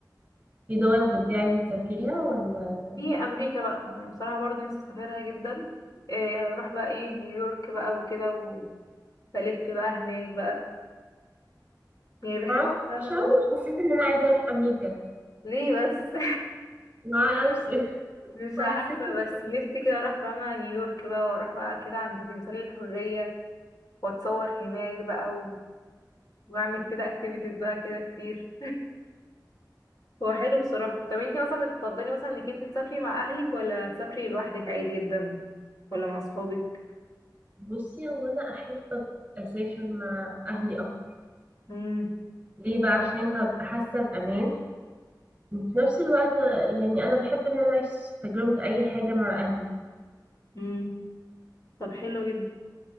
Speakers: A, on the right; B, on the left.
A: في دول غير دي عايزه تسافريها ولا
B: في امريكا بقى يعني بصراحه برضه نفسي اسافرها جدا إيه، اروح بقى ايه نيويورك بقى وكده وبلف بقى هناك بقى يعني بحب
A: معرفش،
B: فاهمة
A: عمري ما اعرفش أوي، حسيت ان انا عايزه اروح امريكا
B: ليه بس
A: ما اعرفش
B: مش
A: مع
B: عارفة
A: أساس إن-
B: بس نفسي كده اروح فاهمة نيويورك بقى واروح بقى كده عند تمثالية الحرية واتصور هناك بقى و... واعمل كده اكتيفيتيز بقى كده كتير هو حلو بصراحة طب انتي مثلا بتفضلي مثلا انك انتي تسافري مع اهلك ولا تسافري لوحدك عادي جدا ولا مع اصحابك
A: بصي هو أنا أحب أسافر مع أهلي أكتر
B: امم
A: ليه بقى عشان هبقى حاسة بأمان وفي نفس الوقت يعني أنا بحب إن أنا أعيش تجربة أي حاجة مع أهلي
B: امم طب حلو جدا